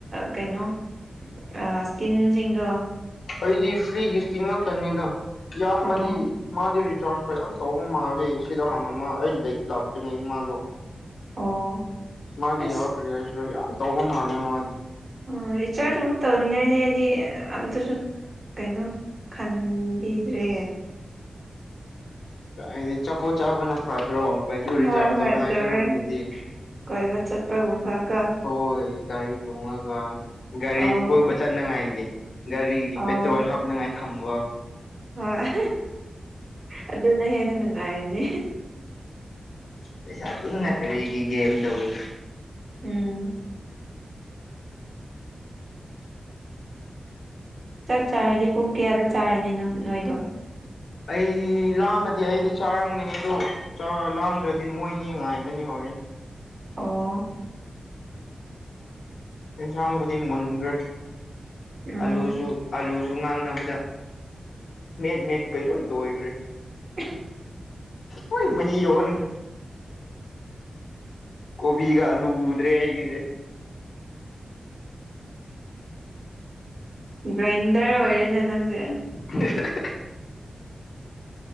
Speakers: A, on the right; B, on the left.
A: ꯀꯩꯅꯣ ꯑꯥ ꯀꯤꯟꯁꯤꯡꯗꯣ
B: ꯑꯩꯗꯤ ꯐ꯭ꯔꯤꯒꯤꯁꯇꯤꯉꯇꯅꯤꯗ ꯏꯌꯥꯝꯕꯗꯤ
A: ꯑꯣ
B: ꯃꯥꯗꯤ ꯔꯤꯆꯥꯔꯖ ꯀꯌꯥꯝ ꯇꯧꯕ ꯃꯥꯜꯂꯤ ꯁꯤꯗ ꯍꯥꯟꯅ ꯃꯥ ꯑꯩ ꯂꯩ ꯂꯥꯛꯇ꯭ꯔꯤꯉꯩ ꯃꯥꯗꯣ
A: ꯑꯣ
B: ꯃꯥꯒꯤ
A: ꯑꯁ
B: ꯌꯥꯎꯔꯈꯔꯤ ꯍꯥꯏꯁꯤꯔ ꯌꯥꯝ ꯇꯧꯕ ꯃꯥꯜꯂꯦ ꯃꯥꯗꯤ
A: ꯑꯣ ꯔꯤꯆꯥꯔꯖ ꯑꯃꯨꯛ ꯇꯧꯅꯤꯡꯉꯥꯏꯗꯤ ꯍꯥꯏꯗꯤ ꯑꯝꯇꯁꯨ ꯀꯩꯅꯣ ꯈꯟꯕꯤꯗ꯭ꯔꯦ
B: ꯍꯥꯏꯗꯤ ꯆꯄꯣꯠ ꯆꯥꯕꯅ ꯐꯗ꯭ꯔꯣ ꯑꯩꯩꯗꯣ ꯔꯤꯆꯥꯔꯖ
A: ꯍꯣꯏ ꯍꯣꯏ
B: ꯇꯧꯅꯉꯥꯏ
A: ꯆꯨꯝꯃꯦ
B: ꯁꯔꯨꯛꯄꯨꯗꯤ
A: ꯀꯣꯏꯕ ꯆꯠꯄꯒꯨꯝꯕꯒ
B: ꯍꯣꯏ ꯒꯥꯔꯤ ꯊꯣꯡꯉꯒ ꯒꯥꯔꯤ
A: ꯑꯧ
B: ꯀꯣꯏꯕ ꯆꯠꯅꯉꯥꯏꯒꯤ ꯒꯥꯔꯤꯒꯤ
A: ꯑꯧ
B: ꯄꯦꯇ꯭ꯔꯣꯜ ꯍꯥꯞꯅꯉꯥꯏ ꯊꯝꯕ
A: ꯍꯣꯏ ꯑꯗꯨꯅ ꯍꯦꯟꯅ ꯅꯨꯡꯉꯥꯏꯅꯤ
B: ꯄꯩꯁꯥ ꯇꯅ ꯀꯔꯤꯒꯤ ꯒꯦꯝꯗꯕꯨ
A: ꯎꯝ ꯆꯥꯛ ꯆꯥꯔꯗꯤ ꯄꯨꯡ ꯀꯌꯥꯗ ꯆꯥꯔꯅꯤ ꯅꯣꯏꯗꯣ
B: ꯑꯩ ꯂꯥꯝꯃꯗꯤ ꯑꯩꯗꯤ ꯆꯥꯔꯝꯒꯅꯤ ꯑꯗꯣ ꯆꯥ ꯂꯥꯝꯗ꯭ꯔꯗꯤ ꯃꯣꯏꯅꯤ ꯉꯥꯏꯒꯅꯤ ꯍꯣꯔꯦꯟ
A: ꯑꯣ
B: ꯌꯦꯟꯁꯥꯡꯕꯨꯗꯤ ꯃꯨꯟꯈ꯭ꯔꯦ
A: ꯑꯣ
B: ꯑꯂꯨꯁꯨ ꯑꯂꯨꯁꯨ ꯉꯥꯡꯅꯕꯗ ꯃꯦꯠ ꯃꯦꯠꯄꯩ ꯂꯣꯏ ꯇꯣꯏꯈ꯭ꯔꯦ
A: <unintelligible>
B: ꯂꯣꯏ ꯃꯍꯤ ꯑꯣꯟꯒ꯭ꯔꯦ ꯀꯣꯕꯤꯒ ꯑꯂꯨ ꯎꯗ꯭ꯔꯦ ꯑꯩꯒꯤꯁꯦ
A: ꯒ꯭ꯔꯥꯏꯟꯗꯔ ꯑꯣꯏꯔꯦꯅꯦ ꯅꯪꯁꯦ
B: <inaudible>